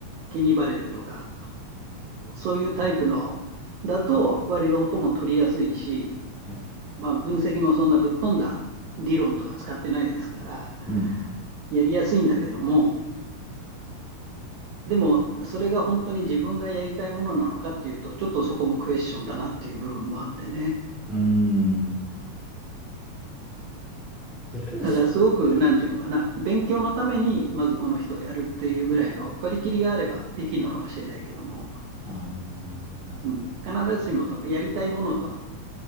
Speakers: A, on the right; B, in the centre.
A: ケニー・バレルとか、そういうタイプのだと割と音も取りやすいし、
B: はい。
A: まあ、分析もそんなぶっ飛んだ理論とか使ってないですから、
B: うん。
A: やりやすいんだけども、でも、それが本当に自分がやりたいものなのかっていうと、ちょっとそこもクエスチョンだなっていう部分もあってね。
B: うーん。ブルース。
A: だからすごく、なんていうのかな、勉強のために、まずこの人をやるっていうぐらいの割り切りがあればできるのかもしれないけども、
B: ああ、なるほど。
A: うん、必ずしもそのやりたいものと、